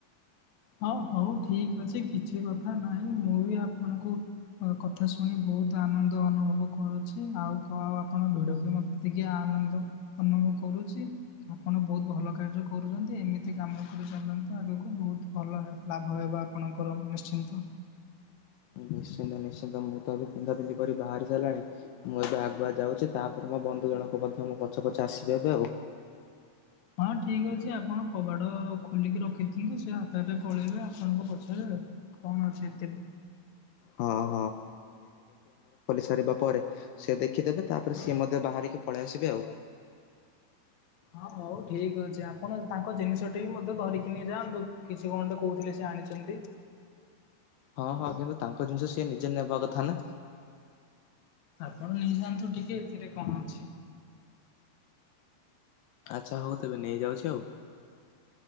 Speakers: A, on the left; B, on the left.
A: ହଁ ହଉ ଠିକ ଅଛି କିଛି କଥା ନାହିଁ ମୁଁ ବି ଆପଣଙ୍କୁ କଥା ଶୁଣି ବହୁତ ଆନନ୍ଦ ଅନୁଭବ କରୁଛି ଆଉ କଣ ଆପଣଙ୍କ ଭିଡ଼କ ମତେ ଟିକେ ଆନନ୍ଦ ଅନୁଭବ କରୁ କରୁଛି ଆପଣ ବହୁତ ଭଲ କାର୍ଯ୍ୟ କରୁଛନ୍ତି ଏମିତି କାମ କରିଚାଲନ୍ତୁ ଆଗକୁ ବହୁତ ଭଲ ହେବ ଆପଣଙ୍କର ନିଶ୍ଚିନ୍ତ।
B: ନିଶ୍ଚିନ୍ତ ନିଶ୍ଚିନ୍ତ ମୁଁ ତ ଏବେ ପିନ୍ଧା ପିନ୍ଧି କରି ବାହାରି ସାରିଲାଣି ମୁଁ ଏବେ ଆଗୁଆ ଯାଉଛି ତାପରେ ମ ଦୁ ଜଣଙ୍କ ମଧ୍ୟ ମୋ ପଛେ ପଛେ ଆସିବ ଏବେ
A: ହଁ ଠିକ୍ ଅଛି ଆପଣ କବାଟ ଖୋଲିକି ରଖିନ୍ତୁ ସେ ଆପେ ଆପେ ପଳେଇବେ ଆପଣଙ୍କୁ ପଚାରବେ ଆଉ କଣ ଅଛି ହେତେରେ।
B: ହଁ। କରିବା ପରେ ସେ ଦେଖିଦେବେ ତାପରେ ସିଏ ମଧ୍ୟ ବାହାରିକି ପଳେଇ ଆସିବେ ଆଉ।
A: ହ ହଉ ଠିକ ଅଛି ଆପଣ ତାଙ୍କ ଜିନିଷଟି ବି ମଧ୍ୟ ଧରିକି ନେଇ ଯାଆନ୍ତୁ କିଛି କଣ କହୁଥିଲେ ସେ ଆଣିଚନ୍ତି।
B: ହଁ ହଁ କିନ୍ତୁ ତାଙ୍କ ଜିନିଷ ସିଏ ନିଜେ ନେବା କଥା ନା।
A: ଆପଣ ନେଇଯାଆନ୍ତୁ ଟିକେ ଏଥିରେ କଣ ଅଛି।
B: ଆଚ୍ଛା ହଉ ତେବେ ନେଇ ଯାଉଛି ଆଉ।